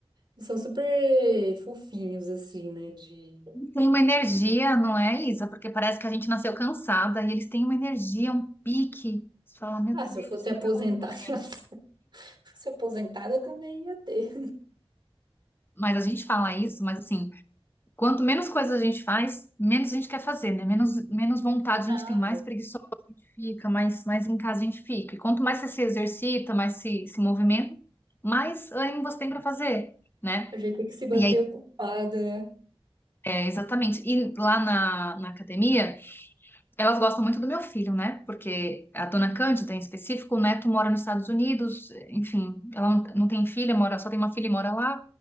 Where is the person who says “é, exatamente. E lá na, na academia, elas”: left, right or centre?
Left